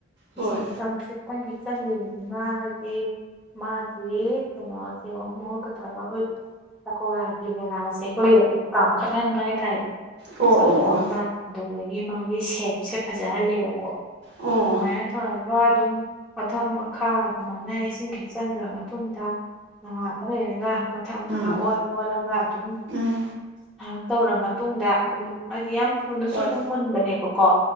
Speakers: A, on the right; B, in the centre.
A: ꯍꯣꯏ
B: ꯏꯁꯤꯡ ꯑꯆꯝꯁꯦ ꯈꯤꯇꯪ ꯀꯈꯤꯛ ꯆꯟꯕꯤꯕꯗꯨꯅ ꯍꯥꯏꯗꯤ ꯃꯥꯒꯤ ꯀꯩꯅꯣꯁꯦ ꯃꯍꯨꯠ ꯃꯍꯨꯠ ꯇꯧꯔ ꯑꯩꯈꯣꯏ ꯄꯀꯧꯂꯥꯒꯤ ꯕꯣꯂꯥꯁꯦ ꯑꯩꯈꯣꯏ ꯄꯥꯝꯈꯠꯍꯟꯕ ꯍꯥꯏ ꯇꯥꯥꯏꯔꯦ
A: ꯑꯣ
B: ꯆꯥꯎꯊꯣꯛꯍꯟꯕ
A: ꯑꯣ ꯑꯣ
B: ꯑꯗꯨꯗꯒꯤ ꯃꯥꯒꯤ ꯁꯦꯞꯁꯦ ꯐꯖꯍꯜꯂꯦꯕꯀꯣ
A: ꯑꯣ
B: ꯑꯗꯨꯃꯥꯏꯅ ꯇꯧꯔꯒ ꯑꯗꯨꯝ ꯃꯊꯛ ꯃꯈꯥ ꯑꯗꯨꯃꯥꯏꯅ ꯏꯁꯤꯡ ꯈꯤꯛꯆꯟꯕꯤꯔꯥ ꯃꯇꯨꯡꯗ ꯉꯍꯥꯛꯀ ꯂꯩꯔꯒ ꯃꯊꯛ ꯃꯈꯥ
A: ꯎꯝ
B: ꯑꯣꯜ ꯑꯣꯜꯂꯒ ꯑꯗꯨꯝ
A: ꯎꯝ
B: ꯉꯥꯏꯍꯥꯛ ꯇꯧꯔ ꯃꯇꯨꯡꯗ ꯑꯗꯨꯝ ꯍꯥꯏꯗꯤ ꯌꯥꯝ ꯊꯨꯅꯁꯨ
A: ꯍꯣꯏ
B: ꯑꯗꯨꯝ ꯃꯨꯟꯕꯅꯦꯕꯀꯣ